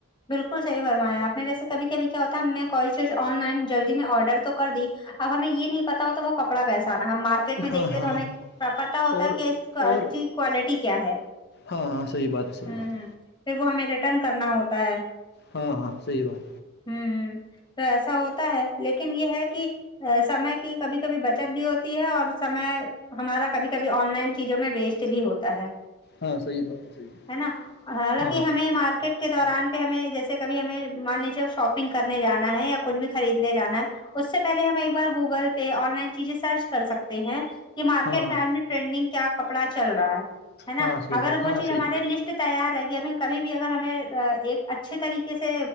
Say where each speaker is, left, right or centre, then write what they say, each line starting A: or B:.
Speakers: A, on the left; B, on the left.
A: بالکل صحی فرمایا آپ نے جیسے کبھی کبھی کیا ہوتا ہم نے کوئی چیز آن لائن جلدی میں آرڈر تو کر دی اب ہمیں یہ نہیں پتا ہوتا تو وہ کپڑا کیسا آنا ہم مارکیٹ میں
B: ہاں
A: دیکھتے
B: ہاں
A: تو ہمیں
B: ہاں
A: پتتا ہوتا
B: اور
A: ہے کہ اس کا
B: اور
A: اس کی کوالٹی کیا ہے
B: ہاں ہاںح بات ہے صحیح
A: ہوں
B: بات
A: ہ پھر وہ ہمیں ریٹرن کرنا ہوتا ہے
B: ہاں ہاں صحی بات
A: ہوں ہ تو ایسا ہوتا ہے لیکن یہ ہے کہ سمے کی کبھی کبھی بچت بھی ہوتی ہے اور سمے ہمارا کبھی کبھی آن لائن چیزوں میں ویسٹ بھی ہوتا ہے
B: ہاں صحیح بات صحیح بات
A: ہے نا حالانکہ
B: ہاں ہاں
A: ہمیں مارکیٹ کے دوران پہ ہمیں جیسے کبھی ہمیں مان لیجیے شاپنگ کرنے جانا ہے یا کچھ بھی خریدنے جانا ہے اس سے پہلے ہم ایک بار گوگل پہ آن لائن چیزیں سرچ کر سکتے ہیں کہ مارکیٹ
B: ہاں ہاں
A: میں آدمی ٹرینڈنگ کیا کپڑا چل رہا ہے نا
B: ہاں صحیح
A: اگر
B: بات
A: وہ
B: ہاں
A: چیز
B: صحیح
A: ہمارے
B: بات
A: لسٹ تیار رہے گی ہمیں کبھی بھی اگر ہمیں ایک اچھے طریقے سے